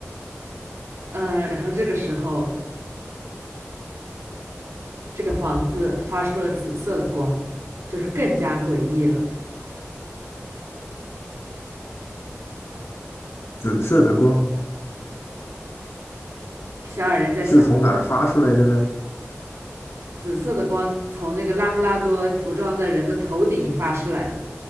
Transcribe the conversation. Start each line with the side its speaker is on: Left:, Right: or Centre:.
Right: 嗯，然后这个时候，这个房子发出了紫色的光，就是更加诡异了。
Left: 紫色的光
Right: 小矮人在想，
Left: 是从哪儿发出来的呢？
Right: 紫色的光从那个拉布拉多服装的人的头顶发出来的，